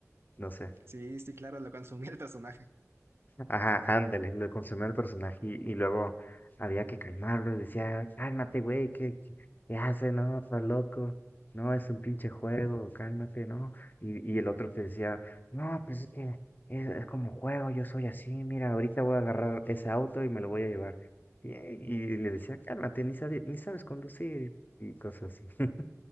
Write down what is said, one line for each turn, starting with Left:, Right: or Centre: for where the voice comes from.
Left: no sé.
Right: Sí, sí, claro, lo consumía el personaje.
Left: Ajá, ándale, lo consumió el personaje y, y luego había que calmarlo, decía, cálmate, güey, ¿qué, qué, qué hace? No, estás loco, no, es un pinche juego, cálmate, ¿no? Y, y el otro te decía, no, pues es que es, es como juego, yo soy así, mira, ahorita voy a agarrar ese auto y me lo voy a llevar. Y, y le decía, cálmate, ni sabes, ni sabes conducir y cosas así. <laughs>